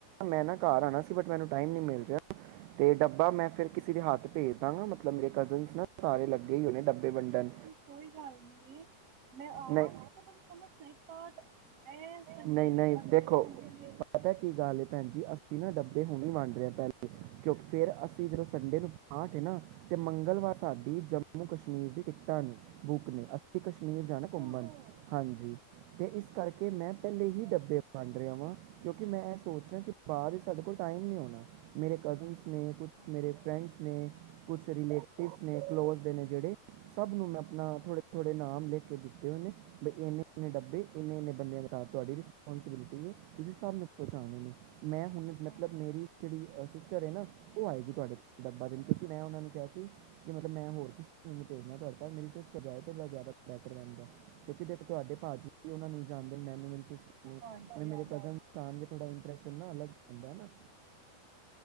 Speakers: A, on the right; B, on the right.
A: ਮੈਂ ਨਾ ਘਰ ਆਉਣਾ ਸੀ ਬਟ ਮੈਨੂੰ ਟਾਈਮ ਨੀ ਮਿਲ ਰਿਹਾ ਤੇ ਡੱਬਾ ਮੈਂ ਫਿਰ ਕਿਸੇ ਦੇ ਹੱਥ ਭੇਜ ਦਾਂਗਾ ਮਤਲਬ ਮੇਰੇ ਕਜ਼ਨ ਨਾ ਸਾਰੇ ਲੱਗੇ ਹੀ ਹੋ
B: ਨਹੀਂ
A: ਨੇ ਡੱਬੇ ਵੰਡਣ-
B: ਐਸੀ ਕੋਈ ਗੱਲ ਨੀ- ਮੈਂ ਆਵਾਂਗੀ
A: ਨਹੀਂ
B: ਅੱਛਾ ਮੈਨੂੰ ਸਮਝ ਇੱਕ ਕਾਡ- ਇਹ ਸੰਡੇ
A: ਨਹੀਂ ਨਹੀਂ
B: ਵੀ ਅਗਲੇ
A: ਦੇਖੋ
B: ਸੰਡੇ ਵੇ-
A: ਪਤਾ ਕੀ ਗੱਲ ਹੈ ਭੈਣ ਜੀ ਨਾ ਡੱਬੇ ਹੁਣੇ ਵੰਡ ਰਹੇ ਪਹਿਲੇ ਹੀ ਕਿਉਂਕ ਫੇਿਰ ਅਸੀਂ ਜਦੋਂ ਹਸੀ ਸੰਡੇ ਨੂੰ ਪਾਠ ਏ ਨਾ ਤੇ ਮੰਗਲਵਾਰ ਸਾਡੀ ਜੰਮੂ ਕਸ਼ਮੀਰ ਦੀ ਟਿਕਟਾਂ ਨੇ ਬੁੱਕ ਨੇ ਅਸੀਂ ਕਸ਼ ਕਸ਼ਮੀਰ ਜਾਣਾ
B: ਅੱਛਾ
A: ਘੁੰਮਣ ਹਾਂਜੀ ਤੇ ਇਸ ਕਰਕੇ ਮੈਂ ਪਹਿਲੇ ਹੀ ਡੱਬੇ ਵੰਡ ਰਿਹਾ ਵਾਂ ਕਿਉਂਕਿ ਮੈਂ ਇਹ ਸੋਚਦਾ ਕਿ ਬਾਅਦ ਸਾਡੇ ਕੋਲ ਟਾਈਮ ਨਹੀਂ ਹੋਣਾ। ਮੇਰੇ ਕਜ਼ਨਸ ਨੇ ਕੁਛ
B: ਹਾਂ
A: ਮੇਰੇ ਫਰੈਂਡਸ ਨੇ ਕੁਛ ਰਿਲੇਟਿਵਸ ਨੇ ਕਲੋਜ ਦੇ ਨੇ ਜਿਹੜੇ ਸਭ ਨੂੰ ਮੈਂ ਆਪਣਾ ਥੋੜੇ-ਥੋੜੇ ਨਾਮ ਲਿਖ ਕੇ ਦਿੱਤੇ ਹੋਏ ਨੇ ਬ ਇੰਨੇ-ਇੰਨੇ ਡੱਬੇ ਇੰਨੇ- ਇੰਨੇ ਬੰਦਿਆਂ ਦੇ ਘਰ ਤੁਹਾਡੀ ਰਿਸਪੋਂਸੀਬਿਲਿਟੀ ਹੈ ਤੁਸੀਂ ਸਭ ਨੂੰ ਪਹੁੰਚਾਉਣੇ ਨੇ। ਮੈਂ ਹੁਣ ਮਤਲਬ
B: ਹਾਂ
A: ਮੇਰੀ ਜਿਹੜੀ ਸਿਸਟਰ ਹੈ ਨਾ ਉਹ ਆਏਗੀ ਤੁਹਾਡੇ ਕੋਲ ਡੱਬਾ ਦੇਣ ਕਿਉਂਕਿ ਮੈਂ ਉਹਨਾਂ ਨੂੰ ਕਿਹਾ ਸੀ ਕਿ ਮਤਲਬ ਮੈਂ ਹੋਰ ਕਿਸੇ ਨੂੰ ਭੇਜਣਾ ਤੁਹਾਡੇ ਕੋਲ ਮੇਰੀ ਸਿਸਟਰ ਜਾਏ ਤੁਹਾਾ ਜ਼ਿਆਦਾ ਬੈਟਰ ਰਹਿੰਦਾ ਕਿਉਂਕਿ ਦੇਖ ਤੁਹਾਡੇ ਭਾਅ ਜੀ ਵੀ ਉਹਨਾਂ ਨੂੰ ਜਾਣਦੇ ਨੇ ਮੈਨੂੰ ਮੇਰੀ <inaudible>
B: ਹਾਂਜੀ
A: ਮੇਰੇ
B: ਹਾਂਜੀ
A: ਕਜ਼ਨ
B: ਬਿਲਕੁਲ
A: ਜਾਣਗੇ
B: ਬਿਲਕੁਲ
A: ਥੋੜਾ ਇੰਪਰੈਸ਼ਨ ਨਾ ਅਲੱਗ ਦਾ ਨਾ